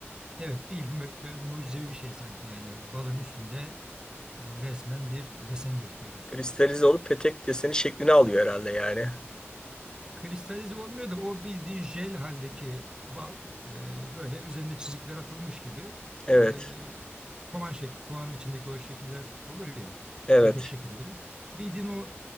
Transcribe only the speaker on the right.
evet bildim böyle mucizevi bir şey sanki yani balın üstünde e, resmen bir desen gözüküyor dostum.
Kristalize olmuyor da o bildiğin jel haldeki bal e, böyle üzerinde çizikler atılmış gibi
e, kovan şek kovanın içindeki o şekiller olur ya
petek şekilleri bildiğin o